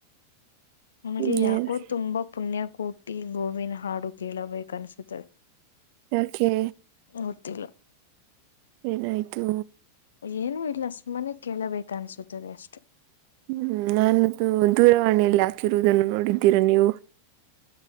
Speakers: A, on the left; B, on the right.
A: ನಿಮ್ಗೆ
B: ಇನ್ನೇನು
A: ಯಾಕೋ ತುಂಬಾ ಪುಣ್ಯ ಕೂ ಟಿ ಗೋವಿನ್ ಹಾಡು ಕೇಳಬೇಕ ಅನ್ನಿಸುತ್ತಿದೆ.
B: ಯಾಕೆ
A: ಗೊತ್ತಿಲ್ಲ
B: ಏನಾಯ್ತು
A: ಏನು ಇಲ್ಲ ಸುಮ್ಮನೆ ಕೇಳಬೇಕ ಅನ್ಸುತ್ತದೆ ಅಷ್ಟೆ
B: ಹ್ಮ್ ನಾನದು ದೂರವಾಣಿಯಲ್ಲಿ ಹಾಕಿರುವುದನ್ನು ನೋಡಿದ್ದೀರಾ ನೀವು